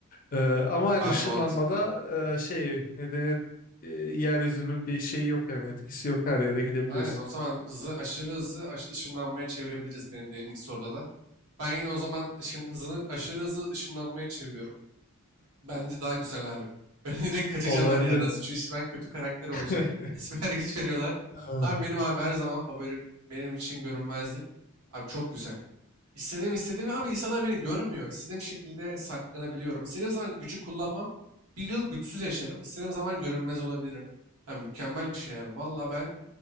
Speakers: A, on the left; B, on the right.
A: Ee, ama
B: Harbi
A: hani ışınlanmada
B: mantıklı aynen.
A: e, şey nedeni e, yeryüzünün bir şeyi yok yani etkisi yok her yere gidebiliyorsun.
B: Aynen o zaman hızı aşırı hızı aş- ışınlanmaya çevirebiliriz benim, benim ilk soruda da. Ben yine o zaman ışın hızını aşırı hızlı ışınlanmaya çeviriyorum. Bence daha güzel abi. <laughs> Ben direkt kaçacağım
A: Olabilir.
B: her yerden. çünkü işi ben kötü karakter olacağım.
A: <laughs>
B: <laughs> Süper güç veriyorlar.
A: Ha.
B: Abi benim abi her zaman favorim benim için görünmezlik. Abi çok güzel. İstediğim istediğim abi insanlar beni görmüyor. İstediğim şekilde saklanabiliyorum. İstediğim zaman gücü kullanmam. Bir yıl güçsüz yaşarım. İstediğim zaman görünmez olabilirim. Ha, mükemmel bir şey abi. Valla ben